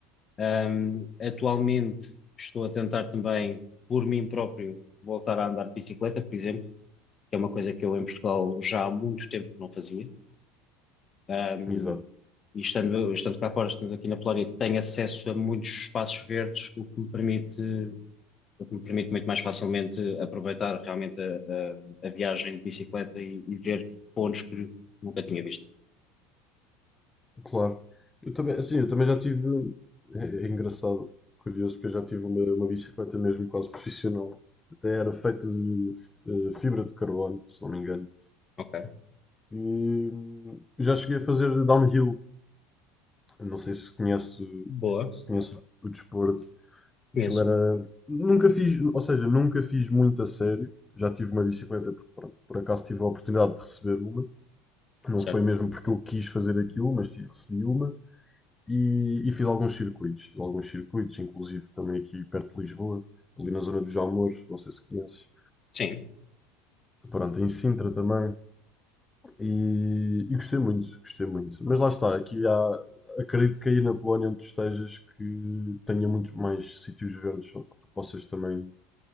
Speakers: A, on the left; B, on the left.
A: Um, atualmente estou a tentar também, por mim próprio, voltar a andar de bicicleta, por exemplo, que é uma coisa que eu em Portugal já há muito tempo que não fazia. Um,
B: exato.
A: e estando, estando cá fora, estando aqui na Polónia, tenho acesso a muitos espaços verdes, o que me permite, o que me permite muito mais facilmente aproveitar realmente a, a- a viagem de bicicleta e, e ver pontos que nunca tinha visto.
B: Claro. Eu também, assim, eu também já tive. É, é engraçado, curioso, porque eu já tive uma, uma bicicleta mesmo quase profissional. Até era feita de eh, fibra de carbono, se não me engano.
A: Ok,
B: E hum, já cheguei a fazer downhill. Eu Não sei se conhece,
A: boa,
B: se conhece o desporto. Aquilo
A: conheço,
B: era. Nunca fiz, ou seja, nunca fiz muito a sério. Já tive uma bicicleta, porque, pronto, por acaso tive a oportunidade de receber uma. Não
A: certo?
B: foi mesmo porque eu quis fazer aquilo, mas tive- recebi uma e, e fiz alguns circuitos. Fiz alguns circuitos, inclusive também aqui perto de Lisboa, ali na zona do Jamor, não sei se conheces.
A: Sim.
B: Pronto, em Sintra também. E, e gostei muito, gostei muito. Mas lá está, aqui há, acredito que aí na Polónia onde tu estejas que tenha muito mais sítios verdes ou que tu possas também